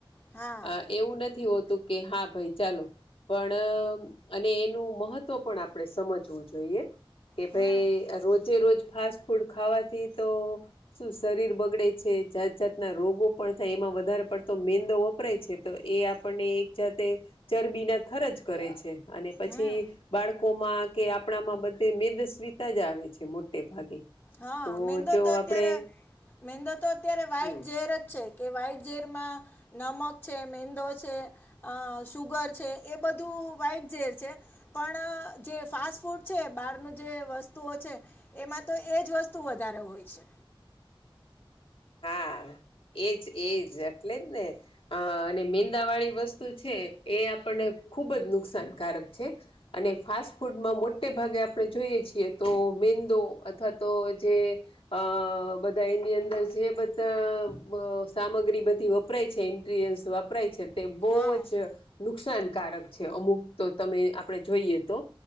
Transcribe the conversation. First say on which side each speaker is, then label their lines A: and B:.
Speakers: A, on the left (about 20°); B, on the left (about 70°).
A: હા.
B: અહ એવું નથી હોતું, કે હા ભાઈ ચાલો પણ અને એનું મહત્ત્વ પણ આપણે સમજવું જોઈએ. કે
A: હમ
B: ભઈ રોજે રોજ ફાસ્ટ ફૂડ ખાવાથી તો શું શરીર બગડે છે, જાત-જાતના રોગો પણ થાય. એમાં વધારે પડતો મેંદો વપરાય છે. તો એ આપણને એક જાતે ચરબીના થર જ કરે છે. અને પછી
A: હમ
B: બાળકોમાં કે આપ પણામાં બધે મેદસ્વીતા જ આવે છે, મોટે ભાગે.
A: હા.
B: તો
A: મેંદો
B: જો
A: તો અત્યારે,
B: આપણે
A: મેંદો તો અત્યારે વાઈટ
B: હમ
A: ઝેર જ છે. કે વાઈટ ઝેરમાં નમક છે, મેંદો છે, અહ શુગર છે, એ બધું વાઈટ ઝેર છે. પણ આ જે ફાસ્ટ ફૂડ છે, એ બહારનું જે વસ્તુઓ છે, એમાં તો એ જ વસ્તુ વધારે હોય છે.
B: હા, એ જ, એ જ. એટલે જ ને. અહ અને મેંદાવાળી વસ્ તું છે એ આપણને ખૂબ જ નુકસાનકારક છે. અને ફાસ્ટ ફૂડમાં મોટે ભાગે આપણે જોઈએ છીએ તો મેંદો અથવા તો જે અહ બધા એની અંદર સ જે બધા અહ સામગ્રી બધી વપરાય છે, ઈન્ટ્રીલ્યન્સ વપરાય છે તે બહુ
A: હા
B: જ નુકસાનકારક છે, અમુક તો આપણે જોઈએ તો.